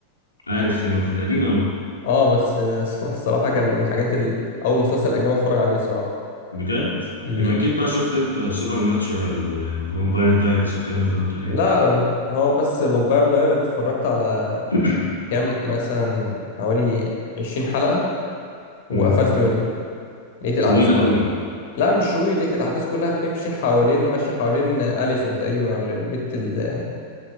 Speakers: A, on the left; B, on the left.
A: عارف تينور ده قديم أوي
B: اه بس آه، <laughs> الصراحة كان من الحاجات ال- أول مسلسل أجنبي أتفرج عليه الصراحة
A: بجد
B: امم
A: يبقى أكيد بقى شفت أنت سوبر ناتشورال وفامباير دايرز والكلام ده ولا إيه؟
B: لا هو بس فامباير دايرز اتفرجت على
A: <clears throat>
B: كام مثلا حوالي 20 حلقة وقفلت
A: مم.
B: منه لقيت الأحداث
A: طويل
B: كلها
A: أوي
B: لا مش طويل لقيت الأحداث كلها بتمشي حوالين ماشية حوالين أليسون تقريبا على البت ال-